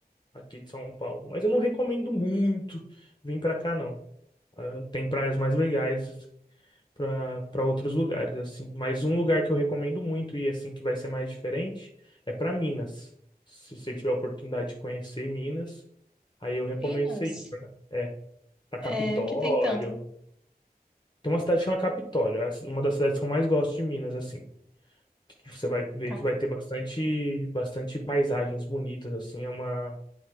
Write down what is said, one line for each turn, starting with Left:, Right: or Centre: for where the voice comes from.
Left: aqui de São Paulo. Mas eu não recomendo muito vir pra cá, não. Ah, tem praias mais legais pra para outros lugares, assim. Mas um lugar que eu recomendo muito e assim que vai ser mais diferente é pra Minas. Se você tiver a oportunidade de conhecer Minas, aí eu recomendo
Centre: Minas,
Left: você ir pra, é, pra Capitólio.
Centre: é, o que tem tanto?
Left: Tem uma cidade que chama Capitólio, é uma das cidades que eu mais gosto de Minas, assim. Que Você vai ver
Centre: Cap-
Left: que vai ter bastante, bastante paisagens bonitas, assim, é uma,